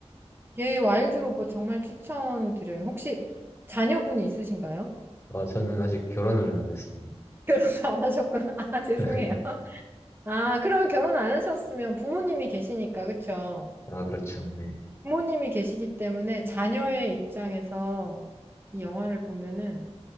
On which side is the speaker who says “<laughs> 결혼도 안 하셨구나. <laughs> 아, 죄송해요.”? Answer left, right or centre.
Right